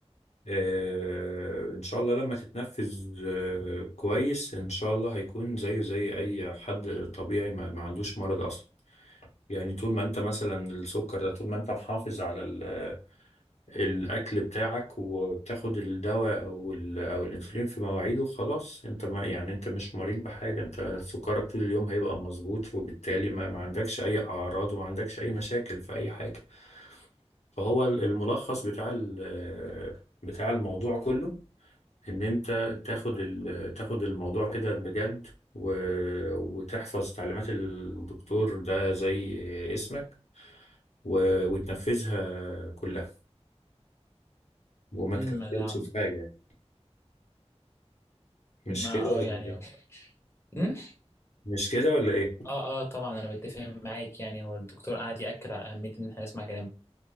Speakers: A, on the left; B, on the left.
A: آه، إن شاء الله لما تتنفذ آه، كويس إن شاء الله هيكون زيه زي أي حد طبيعي ما ما عندوش مرض أصلا يعني طول ما انت مثلا السكر ده طول ما انت محافظ على ال- الاكل بتاعك وبتاخد الدواء او ال- او الانسولين في مواعيده خلاص انت ما يعني انت مش مريض بحاجه انت سكرك طول اليوم هيبقى مظبوط وبالتالي ما, ما عندكش اي اعراض وما عندكش اي مشاكل في اي حاجه فهو ال- الملخص بتاع ال- بتاع الموضوع كله ان انت تاخد ال- تاخد الموضوع كده بجد و- وتحفظ تعليمات الدكتور ده زي اسمك و... وتنفذها كلها وما
B: أمم،
A: تكفلش
B: ما ده
A: في حاجة يعني مش
B: ما
A: كده
B: اه
A: يعني؟
B: يعني هو أمم؟
A: مش كده ولا ايه؟
B: اه اه طبعا انا بتفق معاك يعني هو الدكتور قعد يأكد على اهمية ان احنا نسمع كلامه